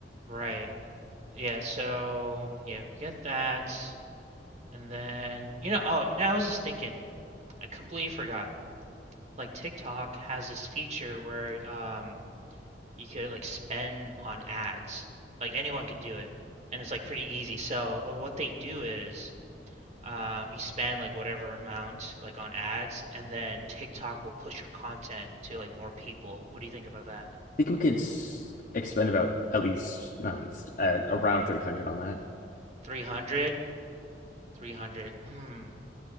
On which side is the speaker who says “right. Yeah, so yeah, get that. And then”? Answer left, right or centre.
Right